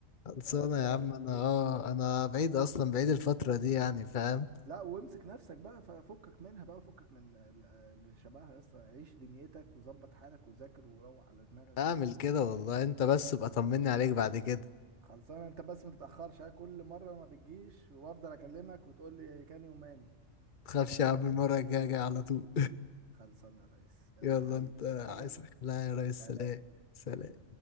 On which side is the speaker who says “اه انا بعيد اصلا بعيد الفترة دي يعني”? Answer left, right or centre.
Left